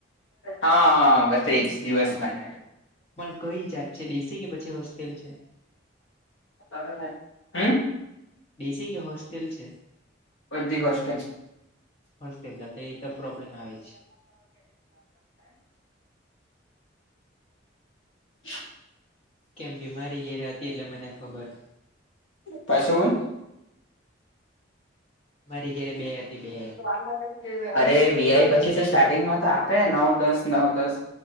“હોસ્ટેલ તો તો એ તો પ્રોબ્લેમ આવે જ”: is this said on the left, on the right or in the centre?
Left